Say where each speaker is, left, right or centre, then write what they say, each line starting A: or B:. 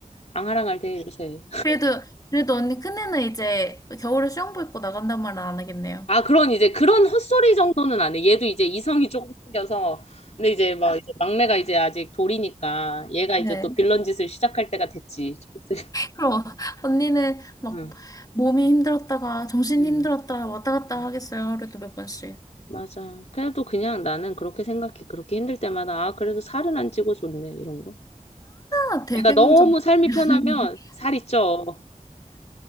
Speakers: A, on the left; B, on the left.
A: 앙하랑할 대 요새.
B: 그래도, 그래도 언니 큰애는 이제 겨울에 수영복 입고 나간단 말은 안 하겠네요.
A: 아 그런 이제 그런 헛소리 정도는 안 해. 얘도 이제 이성이 조금 생겨서 근데 이제 막 이제 막내가 이제 아직 돌이니까 얘가
B: 네.
A: 이제 또 빌런 짓을 시작할 때가 됐지. 좀 있으면.
B: 그럼 <laughs> 언니는 막
A: 응,
B: 몸이 힘들었다가 정신이
A: 응,
B: 힘들었다 왔다 갔다
A: 응.
B: 하겠어요. 그래도 몇 번씩.
A: 맞아. 그래도 그냥 나는 그렇게 생각해. 그렇게 힘들 때마다, 아, 그래도 살은 안 찌고 좋네. 이런 거.
B: 아, 되게
A: 내가 너무
B: 긍정.
A: 삶이
B: <laughs>
A: 편하면 살이 쪄.